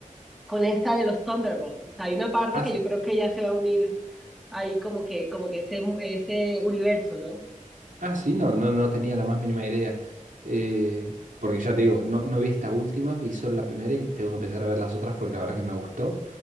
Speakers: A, in the centre; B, on the right.
A: con esta de los Thunderbolts. O sea, hay una parte
B: has
A: que yo creo que ya se va a unir ahí como que, como que ese, ese universo, no
B: Ah, sí, no, no, no tenía la más mínima idea. Eh, porque ya te digo, no, no vi esta última, vi solo la primera y tengo que empezar a ver las otras porque la verdad que me gustó.